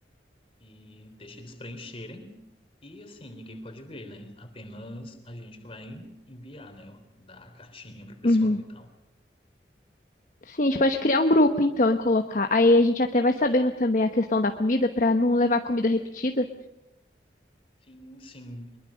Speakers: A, on the left; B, on the left.
A: e deixa eles preencherem. E assim, ninguém pode ver, né? Apenas a gente que vai enviar, né? Dar a cartinha pro pessoal
B: Uhum.
A: e tal.
B: Sim, a gente pode criar um grupo então e colocar. Aí a gente até vai sabendo também a questão da comida para não levar comida repetida.
A: Sim, sim.